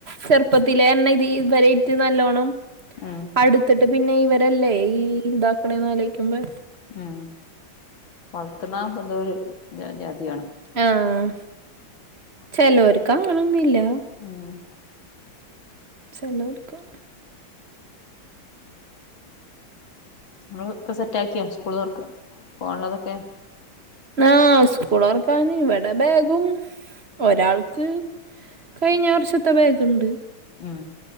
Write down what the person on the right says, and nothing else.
ചെറുപ്പത്തിലേന്നെ ഇത് ഇവരേറ്റ് നല്ലോണം
അടുത്തിട്ട് പിന്നെ ഇവരല്ലേ ഈ ഇതാക്കണേന്നാലോയ്ക്കുമ്പോ
ആഹ് ചേലോര്ക്ക്‌ അങ്ങനെ ഒന്നും ഇല്ലാ
സെലൊ ഇട്ക്കാ
ആഹ് സ്കൂളൊർക്കാന് ഇവടെ ബേഗും ഒരാൾക്ക് കഴിഞ്ഞ വർഷത്തെ ബാഗ്ണ്ട്